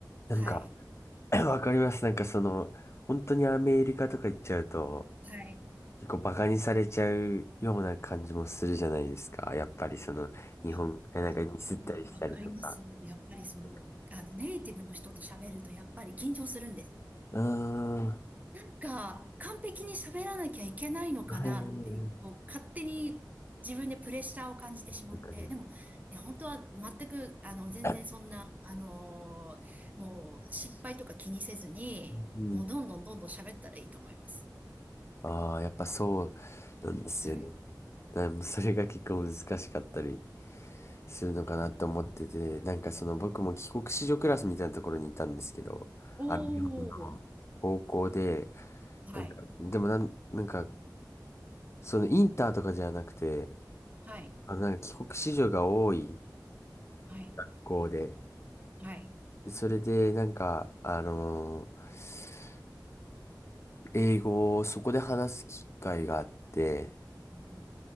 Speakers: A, on the left (about 35°); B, on the right (about 20°).
A: なんか、
B: はい。
A: <clears throat> わかります。なんかその、本当にアメリカとか行っちゃうと、
B: はい。
A: 結構バカにされちゃうような感じもするじゃないですか。やっぱりその、日本、
B: いやねええわかります。
A: え、なんかミスったりしたりとか。
B: やっぱりその、
A: なんか
B: あの、ネイティブの人と喋るとやっぱり緊張するんです。
A: うーん。
B: なんか、完璧に喋らなきゃいけないのかなって、
A: はい。なん
B: こう、勝手に自分でプレッシャーを感じてしまって、
A: わかり
B: でも、いや、本当は全く、あの、全然そんな、
A: ます
B: あのーもう、失敗とか気にせずに、
A: うん。
B: もう、どんどんどんどん喋ったらいいと思います。
A: ああ、やっぱそうなんですよね。
B: はい。
A: だからもうそれが結構難しかったりするのかなと思ってて、なんかその僕も帰国子女クラスみたいなところにいたんですけど、
B: おー。
A: あの日本の高校で、
B: はい。
A: なんか、でもなん、なんか、そのインターとかじゃなくて、
B: はい。
A: あのなんか帰国子女が多い
B: はい。
A: 学校で、
B: はい。
A: それでなんか、あのー英語をそこで話す機会があって、
B: うん